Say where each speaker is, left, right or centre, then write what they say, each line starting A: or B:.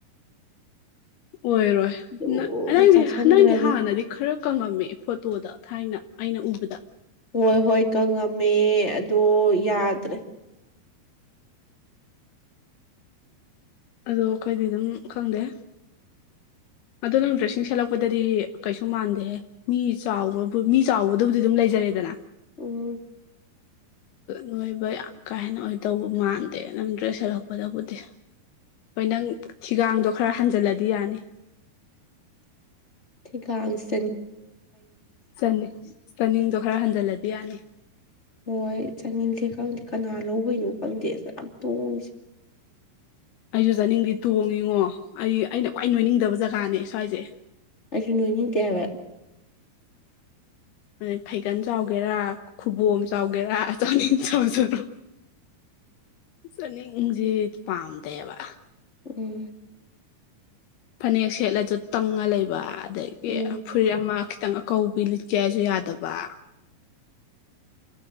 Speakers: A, on the left; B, on the left.
A: ꯑꯣꯏꯔꯣꯏ
B: ꯑꯗꯨꯝ
A: ꯅ ꯅꯪꯗꯤ
B: ꯆꯥꯁꯟꯈ꯭ꯔꯅꯤ
A: ꯅꯪꯗꯤ ꯍꯥꯟꯅꯗꯤ ꯈꯔ ꯀꯪꯉꯝꯃꯦ ꯐꯣꯇꯣꯗ ꯊꯥꯏꯅ ꯑꯩꯅ ꯎꯕꯗ
B: ꯍꯣꯏ ꯍꯣꯏ ꯀꯪꯉꯝꯃꯦ ꯑꯗꯣ ꯌꯥꯗ꯭ꯔꯦ
A: ꯑꯗꯣ ꯑꯩꯈꯣꯏꯗꯤ ꯑꯗꯨꯝ ꯈꯪꯗꯦ ꯑꯗꯨꯣ ꯅꯪ ꯗ꯭ꯔꯦꯁꯤꯡ ꯁꯦꯠꯂꯛꯄꯗꯗꯤ ꯀꯩꯁꯨ ꯃꯥꯟꯗꯦꯍꯦ ꯃꯤ ꯆꯥꯎꯕꯕꯨ ꯃꯤ ꯆꯥꯎꯕꯗꯕꯨꯗꯤ ꯑꯗꯨꯝ ꯂꯩꯖꯔꯦꯗꯅ
B: ꯎꯝ
A: ꯅꯣꯏꯕ ꯌꯥꯝ ꯀꯥ ꯍꯦꯟꯅ ꯑꯣꯏꯗꯧꯕ ꯃꯥꯟꯗꯦ ꯅꯪ ꯗ꯭ꯔꯦꯁ ꯁꯦꯠꯂꯛꯄꯗꯕꯨꯗꯤ ꯍꯣꯏ ꯅꯪ ꯊꯤꯒꯥꯡꯗꯣ ꯈꯔ ꯍꯟꯖꯤꯜꯂꯗꯤ ꯌꯥꯅꯤ
B: ꯊꯀꯥꯁ
A: ꯆꯟꯅꯤꯡ ꯆꯅꯤꯡꯗꯣ ꯈꯔ ꯍꯟꯖꯤꯜꯂꯗꯤ ꯌꯥꯅꯤ
B: ꯍꯣꯏ ꯆꯥꯅꯤꯡꯁꯦ ꯈꯪꯗꯦ ꯀꯅꯥ ꯂꯧꯕꯅꯣ ꯈꯪꯗꯦ ꯑꯁ ꯌꯥꯝ ꯇꯣꯡꯉꯁꯦ
A: ꯑꯩꯁꯨ ꯆꯥꯅꯤꯡꯗꯦ ꯇꯣꯡꯉꯤꯉꯣ ꯑꯩ ꯑꯩꯅ ꯈ꯭ꯋꯥꯏ ꯅꯣꯏꯅꯤꯡꯗꯕ ꯖꯒꯥꯅꯦ ꯁ꯭ꯋꯥꯏꯁꯦ
B: ꯑꯩꯁꯨ ꯅꯣꯏꯅꯤꯡꯗꯦ ꯍꯥꯏꯕ
A: ꯑꯩ ꯐꯩꯒꯟ ꯆꯥꯎꯒꯦꯔꯥ ꯈꯨꯕꯣꯝ ꯆꯥꯎꯒꯦꯔꯥꯆꯅꯤ ꯆꯥꯎꯖꯔꯣ ꯆꯅꯤꯡ ꯁꯦ ꯄꯥꯝꯗꯦꯕ
B: ꯎꯝ
A: ꯐꯅꯦꯛ ꯁꯦꯠꯂꯁꯨ ꯇꯪꯉ ꯂꯩꯕ ꯑꯗꯒꯤ
B: ꯎꯝ
A: ꯐꯨꯔꯤꯠ ꯑꯃ ꯈꯤꯇꯪ ꯑ ꯀꯧꯕꯧꯕꯤ ꯂꯤꯠꯀꯦ ꯍꯥꯏꯁꯨ ꯌꯥꯗꯕ